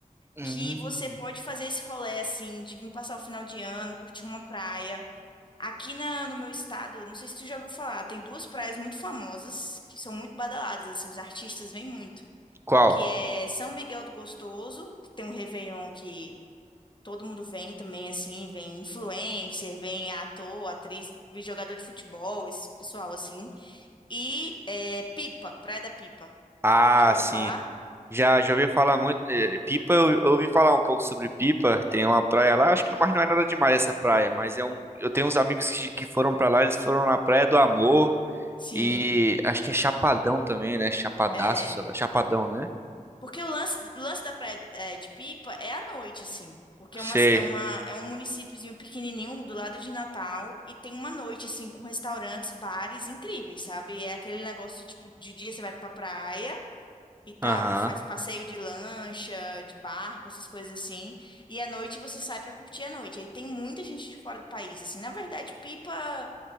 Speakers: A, on the right (about 15°); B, on the left (about 35°).
A: Hum,
B: Que você pode fazer esse rolê, assim, de vir passar o final de ano, curtir uma praia. Aqui na, no meu estado, não sei se tu já ouviu falar, tem duas praias muito famosas, que são muito badaladas, assim, os artistas vêm muito.
A: qual?
B: Que é São Miguel do Gostoso, que tem um Réveillon que todo mundo vem também, assim, vem influencer, vem ator, atriz, vem jogador de futebol, esse pessoal, assim. E é, Pipa, Praia da Pipa.
A: Ah,
B: Já ouviu
A: sim.
B: falar?
A: Já, já ouvi falar muito. eh, Pipa, eu, eu ouvi falar um pouco sobre Pipa. Tem uma praia lá, acho que não, mas não é nada demais essa praia. Mas é um, eu tenho uns amigos que, que foram pra lá, eles foram na Praia do Amor.
B: Sim,
A: E acho que é Chapadão também, né? Chapadaço,
B: é.
A: sei lá. Chapadão, né?
B: Porque o lance, o lance da Praia é, de Pipa é à noite, assim. Porque
A: Sei.
B: é uma, é uma, é um municípiozinho pequenininho do lado de Natal e tem uma noite, assim, com restaurantes, bares incríveis, sabe? É aquele negócio, tipo, de dia você vai pra praia, e tal,
A: Aham.
B: faz passeio de lancha, de barco, essas coisas assim. E à noite você sai pra curtir a noite. Aí tem muita gente de fora do país, assim. Na verdade, Pipa